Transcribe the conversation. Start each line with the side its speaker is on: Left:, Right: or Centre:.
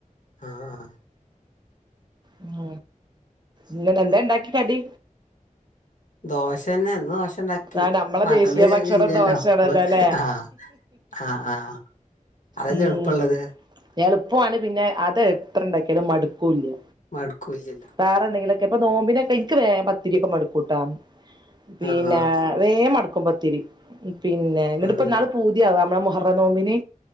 Left: ആഹഹ
Right: ഉം ഇങ്ങലെന്താ ഇണ്ടാക്കി കടി?
Left: ദോശന്നെന്നോശ് ഉണ്ടാക്കി
Right: ആ നമ്മളെ
Left: മകള്
Right: ദേശീയ ഭക്ഷണം
Left: ഇല്ലല്ലോ
Right: ദോശയാണല്ലോ
Left: ഓള്
Right: അല്ലെ
Left: ക് ആഹ് ആഹ് ആഹ് അതല്ലേ
Right: ഉം
Left: എളുപ്പള്ളത്
Right: എളുപ്പമാണ് പിന്നെ അത് എത്ര ണ്ടാക്കിയാലും മടുക്കൂല്ല്യ
Left: മടുക്കുല്യ
Right: വേറെ എന്തെങ്കിലുമൊക്കെ പ്പൊ നോമ്പിനൊക്കെ എനിക്ക് വേ പത്തിരിയൊക്കെ മടുക്കൂട്ടാ പിന്നെപ
Left: ആഹ് അതന്നെ
Right: വേ ഗം മടുക്കുപത്തിരി പിന്നെ ഇന്നി
Left: ഉം
Right: ട്ട് പ്പന്നാള് പൂതിയാക നമ്മളെ മുഹറ നോമ്പിന്